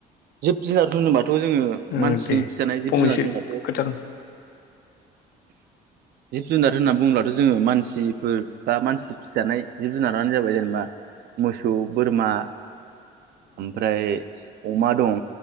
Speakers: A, on the right; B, on the left.
A: जिब जुनार होनोबा थ' जोङो
B: ओ
A: मानसिजों
B: दे
A: फिजानाय जिब
B: फंनैसो
A: जुनार होनबाथ' औ
B: खोथा उम
A: जिब जुनार होनना बुङोब्लाथ' जोङो मानसिफोर बा मानसि फिसिजानाय जिब जुनारानो जाबाय जेनेबा मोसौ बोरमा ओमफ्राय अमा दं